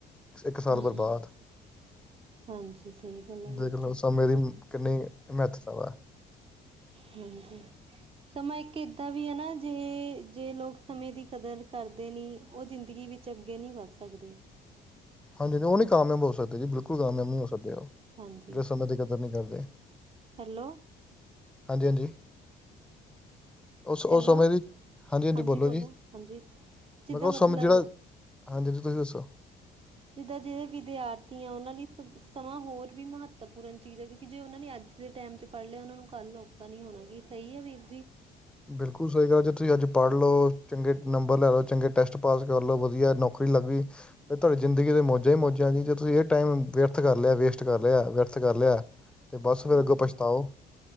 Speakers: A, in the centre; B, on the right.
A: ਇੱਕ ਸਾਲ
B: ਹਮ
A: ਬਰਬਾਦ।
B: ਹਾਂਜੀ ਸਹੀ ਗੱਲ ਆ
A: ਦੇਖ
B: ਵੀਰ
A: ਲੋ
B: ਜੀ
A: ਸਮੇ ਦੀ ਕਿੰਨੀ ਮਹਤਵ ਐ।
B: ਹਾਂਜੀ। ਸਮਾਂ ਇੱਕ ਏਦਾਂ ਵੀ ਐ ਨਾ, ਜੇ ਜੇ ਲੋਕ ਸਮੇਂ ਦੀ ਕਦਰ ਕਰਦੇ ਨੀ ਉਹ ਜ਼ਿੰਦਗੀ ਵਿੱਚ ਚ ਅੱਗੇ ਨਹੀਂ ਵੱਧ ਸਕਦੇ।
A: ਹਾਂਜੀ-ਹਾਂਜੀ, ਉਹ ਨਹੀਂ ਕਾਮਯਾਬ ਹੋ ਸਕਦੇ ਜੀ, ਬਿਲਕੁਲ ਕਾਮਯਾਬ ਨਹੀਂ ਹੋ ਸਕਦੇ ਉਹ
B: ਹਾਂਜੀ।
A: ਕਦੇ ਕਦਰ ਨਹੀਂ ਕਰਦੇ
B: ਹੈਲੋ।
A: ਹਾਂਜੀ-ਹਾਂਜੀ। ਉਸ ਉਸ
B: ਹੈਲੋ
A: ਸਮੇਂ ਦੀ, ਹਾਂਜੀ-ਹਾਂਜੀ
B: ਹਾਂਜੀ
A: ਬੋਲੋ ਜੀ,
B: ਹਾਂਜੀ ਜਿੱਦਾਂ
A: ਮੈਂ ਕਿਹਾ ਉਹ
B: ਮਤਲਬ
A: ਸਮੇਂ ਜਿਹੜਾ ਹਾਂਜੀ-ਹਾਂਜੀ, ਤੁਸੀਂ ਦੱਸੋ।
B: ਜਿੱਦਾਂ ਜਿਹੜੇ ਵਿਦਿਆਰਥੀ ਆ ਉਹਨਾਂ ਲਈ ਸਮਾਂ ਹੋਰ ਵੀ ਮਹੱਤਵਪੂਰਨ ਚੀਜ਼ ਐ, ਕਿਉਂਕਿ ਜੇ ਉਹ ਨੇ ਅੱਜ ਦੇ ਟਾਈਮ ਚ ਪੜ੍ਹ ਲਿਆ, ਉਹਨਾਂ ਨੂੰ ਕੱਲ੍ਹ ਔਕਾ ਨਹੀਂ ਹੋਣਾ ਕੀ ਸਹੀ ਐ ਵੀਰ ਜੀ।
A: ਬਿਲਕੁਲ ਸਹੀ ਗੱਲ, ਜੇ ਤੁਸੀਂ ਅੱਜ ਪੜ੍ਹ ਲਉ ਚੰਗੇ ਨੰਬਰ ਲੈ ਲੋ, ਚੰਗੇ ਟੈਸਟ ਪਾਸ ਕਰ ਲੋ, ਵਧੀਆ ਨੌਕਰੀ ਲੱਗ ਗਈ। ਫੇਰ ਤੁਹਾਡੀ ਜ਼ਿੰਦਗੀ ਦੇ ਮੌਜਾਂ ਹੀ ਮੌਜਾਂ ਜੀ, ਜੇ ਤੁਸੀਂ ਇਹ ਟਾਈਮ ਵਿਅਰਥ ਕਰ ਲਿਆ ਵੇਸਟ ਕਰ ਲਿਆ ਵਿਅਰਥ ਕਰ ਲਿਆ। ਤੇ ਬਸ ਫੇਰ
B: ਹਾਂਜੀ
A: ਅੱਗੋਂ ਪਛਤਾਓ।